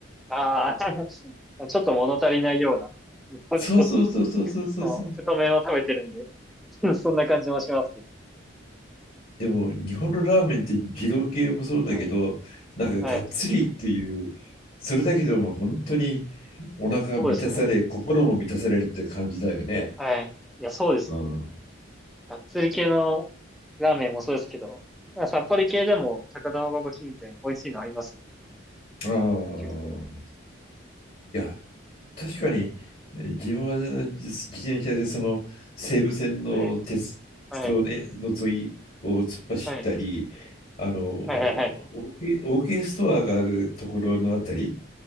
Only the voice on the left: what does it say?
そうそうそうそうそうそうそう。
でも日本のラーメンって二郎系もそうだけど、
なんかがっつりっていう、
それだけでも本当にお腹が満たされ、
心も満たされるって感じだよね。
うん。
ああ。
いや、確かに、自分は自転車でその西武線の鉄道ねの沿いを突っ走ったり、
あの、オーケー、
ストアがあるところのあたり、